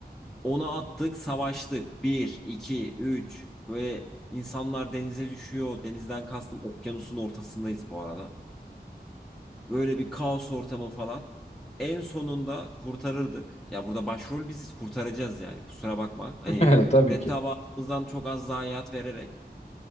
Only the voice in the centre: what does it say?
Onu attık, savaştık. Bir, iki, üç. Böyle insanlar denize düşüyor. Denizden kastım okyanusun ortasındayız bu arada. Böyle bir kaos ortamı falan. En sonunda kurtarırdık. Ya burada başrol biziz, kurtaracağız yani. Kusura bakma. Hani
mürettebatımızdan
çok az zayiat vererek